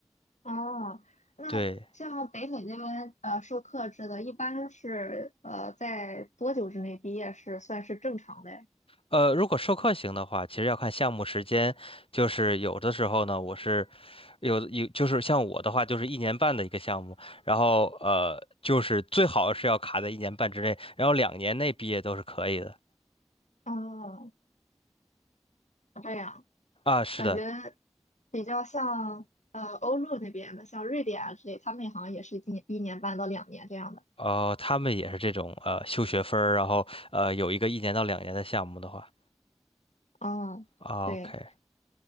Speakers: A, on the left (about 85°); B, on the left (about 50°).
A: 哦，那像北美那边呃授课制的，
B: 对。
A: 一般是呃在多久之内毕业是算是正常的呀？
B: 呃，如果授课型的话，其实要看项目时间，就是有的时候呢，我是有有就是像我的话，就是一年半的一个项目，然后呃，就是最好是要卡在一年半之内，然后两年内毕业都是可以的。
A: 哦，这样
B: 啊，是的，
A: 感觉比较像呃欧陆那边的，像瑞典啊之类，他们好像也是一年一年半到两年这样的。
B: 哦，他们也是这种呃修学分儿，然后呃有一个一年到两年的项目的话
A: 哦，
B: o
A: 对，
B: k